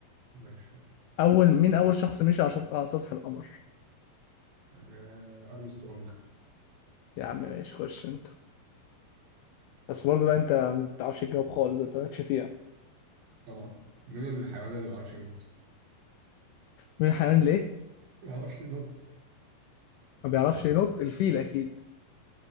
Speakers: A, on the right; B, on the left.
A: ماشي
B: أول مين أول شخص مشي على شط- على سطح القمر؟
A: آه، أرمسترونج
B: يا عم ماشي خش أنت بس برضه بقى انت ما بتعرفش تجاوب خالص انت مالكش فيها
A: طبعا مين الحيوان اللي ما بيعرفش ينط؟
B: مين الحيوان ليه
A: <laughs> ما بيعرفش ينط
B: ما بيعرفش ينط الفيل اكيد